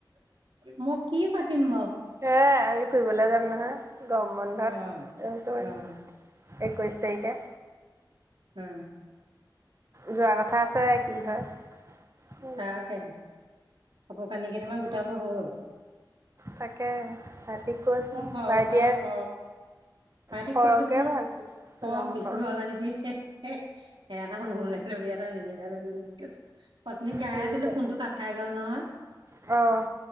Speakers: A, on the right; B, on the right.
A: মই কি পাতিম বাও।
B: হে আমি ফুৰিবলৈ যাম নহয় গৰম বন্ধত
A: অ',
B: এই
A: অ',
B: একৈশ তাৰিখে।
A: হম।
B: যোৱা কথা আছে কি হয়? উম,
A: তাকে হে। কাপোৰ কানি কেইটামান
B: উম,
A: গোটাব হ'ল।
B: তাকে ভাইটিক কৈছো
A: মই ফৰক
B: ভাইটিয়ে
A: ফৰক ভাইটিক
B: ফৰকে
A: কৈছো বোলো
B: ভাল
A: ফৰ্ক
B: লং
A: দীঘল
B: ফ্ৰক
A: আনিবি। এ এটা মোৰ লে ল'বি এটা ৰিমিলে ল'বি বুলি কৈছো। পত্নীক গাই
B: কি
A: আছিলো
B: যে
A: ফোনটো কঠাই গ'ল নহয়।
B: অ',